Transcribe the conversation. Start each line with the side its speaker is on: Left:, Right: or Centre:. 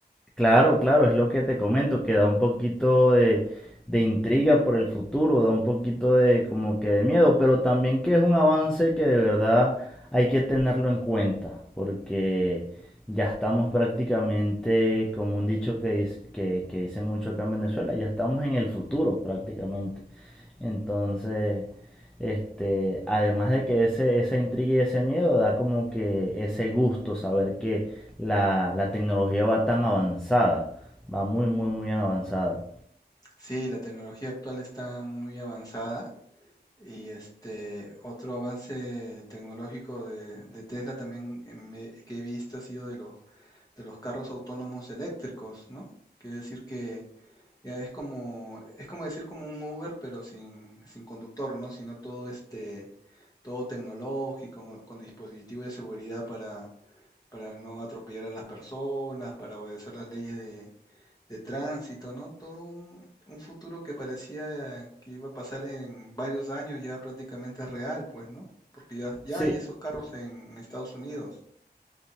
Centre: Claro, claro, es lo que te comento, que da un poquito de, de intriga por el futuro, da un poquito de como que de miedo, pero también que es un avance que de verdad hay que tenerlo en cuenta, porque ya estamos prácticamente, como un dicho que, dice- que, que dicen mucho acá en Venezuela, ya estamos en el futuro prácticamente. Entonces, este, además de que ese, esa intriga y ese miedo da como que ese gusto saber que la, la tecnología va tan avanzada, va muy, muy, muy avanzada.
Left: Sí, la tecnología actual está muy avanzada y este otro avance tecnológico de, de Tesla también eh, me- que he visto ha sido de los, de los carros autónomos eléctricos, ¿no? Quiere decir que Ya es como, es como decir como un Uber, pero sin, sin conductor, ¿no? Sino todo este, todo tecnológico, con, con dispositivos de seguridad para, para no atropellar a las personas, para obedecer las leyes de, de tránsito, ¿no? Todo un, un futuro que parecía que iba a pasar en varios años ya prácticamente es real, pues, ¿no? Porque ya, ya
Centre: Sí,
Left: hay esos carros en Estados Unidos.